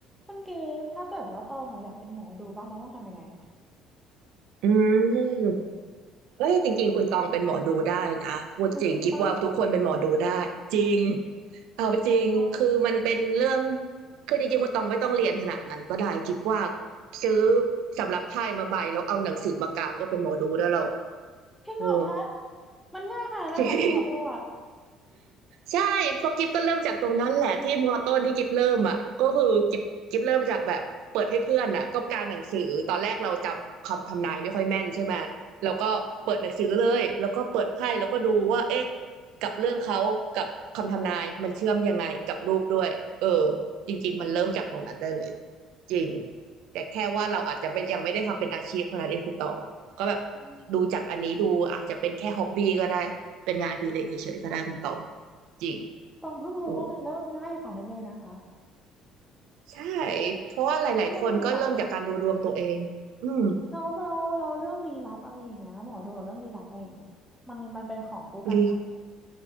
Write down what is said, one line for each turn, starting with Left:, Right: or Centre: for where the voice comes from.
Centre: คุณกิฟต์ถ้าเกิดว่าตองอะอยากเป็นหมอดูบ้างตองต้องทำยังไงอะ
Right: อืมเอ้ยจริงๆคุณตองเป็นหมอดูได้นะพูดจริงคิดว่าทุกคนเป็นหมอดูได้จริง
Centre: อุ้ยจริงปะ
Right: เอาจริงคือมันเป็นเรื่อง
Centre: ออด
Right: คือจริงๆคุณตองไม่ต้องเรียนขนาดนั้นก็ได้คิดว่าซื้อสำรับไพ่มาใบแล้วเอาหนังสือมากางก็เป็นหมอดูได้แล้ว
Centre: จริงเหรอคะ
Right: เออ
Centre: มันง่ายขนาดนั้นเลยเหรอหมอดูอะ
Right: <laughs> จริง ใช่เพอกิฟก็เริ่มจากตรงนั้นแหละที่มอต้นที่กิฟเริ่มอ่ะก็คือกิฟกิฟเริ่มจากแบบเปิดให้เพื่อนอ่ะก็กางหนังสือตอนแรกเราจำคำทำนายไม่ค่อยแม่นใช่ไหมแล้วก็เปิดหนังสือเลยแล้วก็เปิดไพ่แล้วก็ดูว่าเอ๊ะกับเรื่องเขากับคำทำนายมันเชื่อมยังไงกับรูปด้วยเออจริงๆมันเริ่มจากตรงนั้นได้เลยจริงแต่แค่ว่าเราอาจจะไม่ยังไม่ได้ทำเป็นอาชีพเท่านั้นเองคุณตองก็แบบ
Centre: อืม
Right: ดูจากอันนี้ดูอาจจะเป็นแค่ฮ็อบบี้ก็ได้เป็นงานอดิเรกเฉยๆก็ได้คุณตอง จริง
Centre: ตองเพิ่งรู้ว่ามันเริ่มง่ายขนาดนั้นเลยนะคะ
Right: เออใช่เพราะว่าหลายๆคนก็เริ่มจากการดูดวงตัวเองอืม
Centre: เพราะมันมีแบบเราเราเราเรื่องลี้ลับอะไรอย่างเงี้ยหมอดูกับเรื่องลี้ลับอะไรอย่างเงี้ยมันมันเป็นของคู่กันปะ
Right: ลี